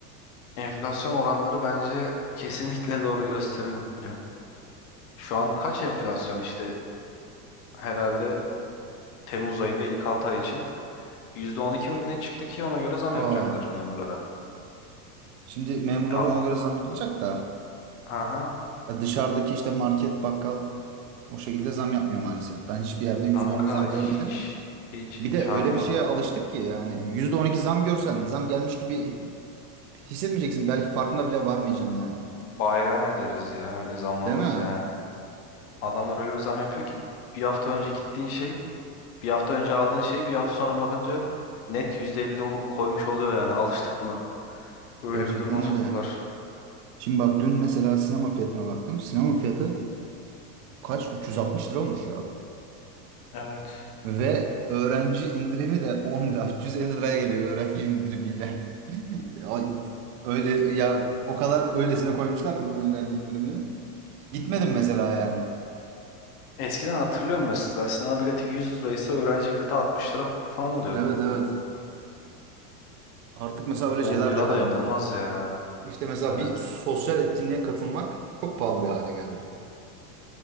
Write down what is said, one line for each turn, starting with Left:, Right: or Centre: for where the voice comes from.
Left: Enflasyon oranları bence kesinlikle doğru gösterilmiyor. Şu an kaç enflasyon işte herhalde Temmuz ayında ilk 6 ay için %12 mi ne çıktı ki ona göre zam
Right: Aa,
Left: yapacaklar memurlara.
Right: şimdi memurlara
Left: A-
Right: ona göre zam yapılacak da
Left: Aha
Right: ya dışarıdaki işte market, bakkal o şekilde zam yapmıyor maalesef. Ben hiçbir yerde %12
Left: kanka
Right: zam
Left: hiç
Right: görmedim.
Left: hiç
Right: Bir
Left: imkanı
Right: de öyle
Left: yok.
Right: bir şeye alıştık ki yani %12 zam görsen zam gelmiş gibi hissetmeyeceksin. Belki farkına bile varmayacaksın yani.
Left: Bayram ederiz ya öyle zamlar
Right: Değil
Left: olsa
Right: mi?
Left: yani. Adamlar öyle bir zam yapıyor ki bir hafta önce gittiğin şey, bir hafta önce aldığın şey bir hafta sonra bakınca net %50 ol- koymuş oluyor yani. Alıştık buna. Öyle
Right: Gerçekten
Left: bir duruma
Right: öyle.
Left: soktular.
Right: Şimdi bak dün mesela sinema fiyatına baktım. Sinema fiyatı kaç? 360 lira olmuş ya abi.
Left: Evet.
Right: Ve öğrenci indirimi de 10 lira. 350 liraya geliyor öğrenci indirimiyle. Ya, öyle ya o kadar öylesine koymuşlar ki öğrenci indirimini. Gitmedim mesela yani.
Left: Eskiden hatırlıyorum mesela sinema bileti 100 liraysa öğrenci bileti 60 lira falan oluyordu.
Right: Evet evet. Artık mesela öyle
Left: 10
Right: şeyler
Left: lira
Right: de kalmadı.
Left: da yapılmaz ya.
Right: İşte mesela
Left: Evet.
Right: bir sosyal etkinliğe katılmak çok pahalı bir hale geldi.